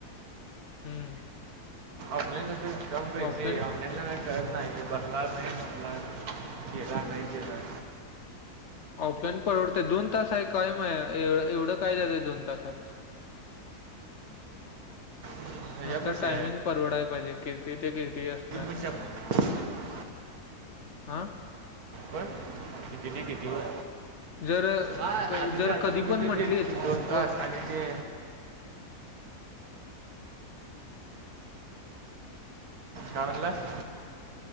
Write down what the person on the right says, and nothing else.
ऑफलाईन कसे ऑनलाईन
ला नाही कर. नाही बसला नाही बसला, गेला नाही गेला.
त्याच्या
पैसे
आहे
तपश
होय किती ते किती वय
हा
आता
ते आता
बघितले
ते दोन
तास आणि ते काय म्हणालास